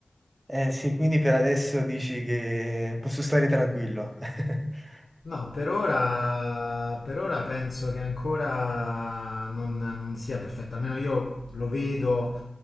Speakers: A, on the right; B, on the left.
A: Eh, sì, quindi per adesso dici che posso stare tranquillo. <laughs>
B: No, per ora, per ora penso che ancora non, non sia perfetto, almeno io lo vedo